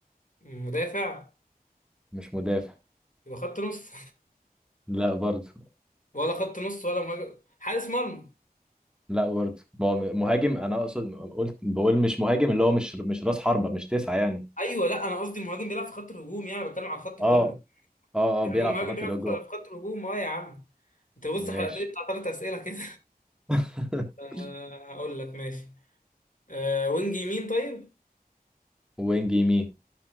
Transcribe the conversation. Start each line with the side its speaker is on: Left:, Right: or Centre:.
Left: مدافع
Centre: مش مدافع
Left: يبقى خط نص
Centre: لا برضه
Left: <laughs> ولا خط نص ولا مهاجم حارس مرمى
Centre: لا برضه ما هو مهاجم انا اقصد قلت بقول مش مهاجم اللي هو مش مش راس حربة مش تسعة يعني
Left: ايوه لا انا قصدي مهاجم بيلعب في خط الهجوم يعني بتكلم على الخط كله
Centre: اه اه
Left: يعني
Centre: اه بيلعب
Left: هو مهاجم
Centre: في خط
Left: بيلعب
Centre: الهجوم
Left: في في خط الهجوم اه يا عم انت بص
Centre: ماشي
Left: حلقتين بتاع ثلاث اسئله كده
Centre: <laughs>
Left: <laughs> آه هقول لك ماشي آه وينج يمين طيب
Centre: وينج يمين